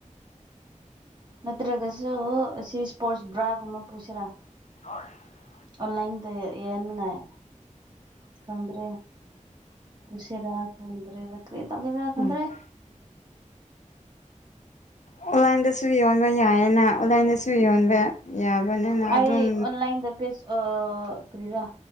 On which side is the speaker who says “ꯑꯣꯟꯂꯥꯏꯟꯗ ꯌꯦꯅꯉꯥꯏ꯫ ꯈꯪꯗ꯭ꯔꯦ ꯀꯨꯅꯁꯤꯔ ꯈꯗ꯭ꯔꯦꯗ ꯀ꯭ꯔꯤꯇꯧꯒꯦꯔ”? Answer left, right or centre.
Right